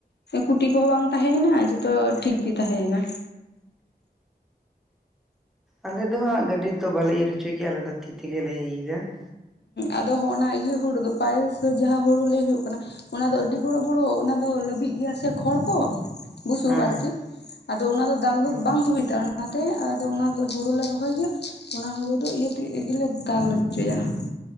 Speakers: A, on the left; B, in the centre.
A: ᱠᱩᱴᱤ ᱠᱚᱦᱚᱸ ᱵᱟᱝ ᱛᱟᱦᱮᱸᱭᱮᱱᱟ ᱡᱷᱚᱛᱚ ᱴᱷᱤᱠ ᱜᱤ ᱛᱟᱦᱮᱸᱭᱮᱱᱟ ᱾
B: ᱟᱞᱮ ᱫᱚ ᱦᱟᱸᱜ ᱜᱟᱹᱰᱤ ᱛᱚ ᱵᱟᱞᱮ ᱤᱨ ᱦᱚᱪᱚᱭ ᱜᱮᱭᱟ ᱟᱞᱮ ᱫᱚ ᱛᱤ ᱛᱮᱜᱮᱞᱮ ᱤᱨᱟ ᱾
A: ᱟᱫᱚ ᱦᱚᱸᱜᱼᱚᱱᱟ ᱤᱭᱟᱹ ᱦᱩᱲᱩ ᱫᱚ ᱯᱟᱭᱮᱥ ᱡᱟᱦᱟᱸ ᱦᱩᱲᱩ ᱞᱟᱹᱭ ᱦᱩᱭᱩᱜ ᱠᱟᱱᱟ ᱾ ᱚᱱᱟ ᱫᱚ ᱟᱹᱰᱤ ᱵᱚᱲᱚ ᱵᱚᱲᱚ ᱚᱱᱟ ᱫᱚ ᱞᱟᱹᱵᱤᱜ ᱜᱮᱭᱟ ᱥᱮ ᱠᱷᱚᱲ ᱠᱚ ᱾ ᱵᱩᱥᱩᱵ
B: ᱦᱮᱸ
A: ᱟᱨᱠᱤ ᱟᱫᱚ ᱚᱱᱟ ᱫᱚ ᱫᱟᱞ ᱫᱚ
B: ᱦᱮᱸ
A: ᱵᱟᱝ <unintelligible> ᱚᱱᱟᱛᱮ ᱟᱫᱚ ᱚᱱᱟ ᱫᱚ ᱦᱩᱲᱩᱞᱮ ᱨᱚᱦᱚᱭ ᱜᱮᱭᱟ, ᱚᱱᱟ ᱦᱩᱲᱩ ᱫᱚ ᱤᱭᱟᱹ ᱛᱤᱜᱮᱞᱮ ᱫᱟᱞ ᱦᱚᱪᱚᱭᱟ ᱾